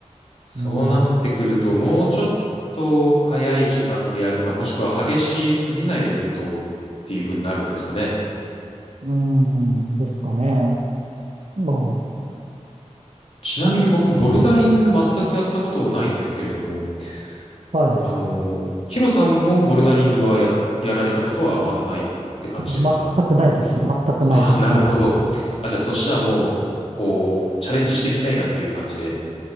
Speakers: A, on the left (about 55°); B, on the right (about 60°).
A: そうなってくると、
B: うん。
A: もうちょっと早い時間でやるか、もしくは激しすぎない運動っていう風になるんですかね。
B: うん、ですかね。ま
A: ちなみに僕、
B: あ、
A: ボルダリング全くやったことないんですけれども、
B: まあ、はい。
A: あの、ヒロさんもボルダリングはや、やられたことはまだないって感じですか
B: 全くないですね。全くないですね。
A: ああー、なるほど。あ、じゃあそしたらもう、こう、チャレンジしてみたいなっていう感じで、